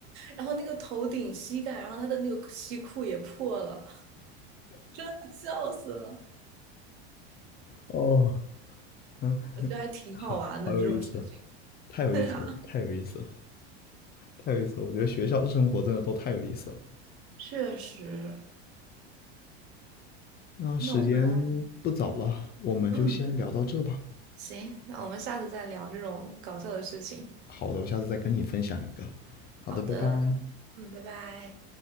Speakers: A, on the right; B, on the left.
A: 然后那个头顶、膝盖，然后他的那个西裤也破了，<laughs> 笑死了。
B: 哦，嗯，
A: 我觉得还挺好玩的这种事情。
B: 好，好有意思，
A: <laughs>
B: 太有意思了，
A: 对啊，
B: 太有意思了，太有意思了！我觉得学校生活真的都太有意思了。
A: 确实。
B: 那时间不早了，
A: 那我们
B: 我们就先聊到这吧。
A: 嗯，行，那我们下次再聊这种搞笑的事情。
B: 好的，我下次再跟你分享一个。好的，
A: 好的，
B: 拜拜。
A: 嗯，拜拜。